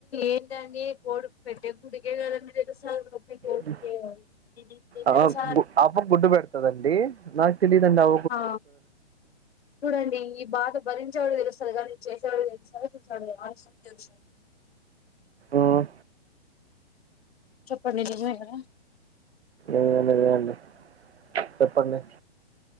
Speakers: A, on the left (about 65°); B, on the right (about 75°).
A: ఎంటండి కోడి పెట్టే గుడ్డుకె కదండి తెలుస్తది నొప్పి కోడికే
B: టి
A: ఇది
B: ఆ
A: తెలుసా
B: గు అవ్వ గుడ్డు పెడతదండి నాకు తెలీదండి అ
A: ఆ చూడండి ఈ బా అది భరించేవాళ్ళకి తెలుస్తది కానీ చేసేవాళ్ళు తెలుస్తదండి ఆలోం తెలుస్త
B: ఉమ్
A: చెప్పండి నిజమే కద
B: ఏం లేదు అండి చెప్పండి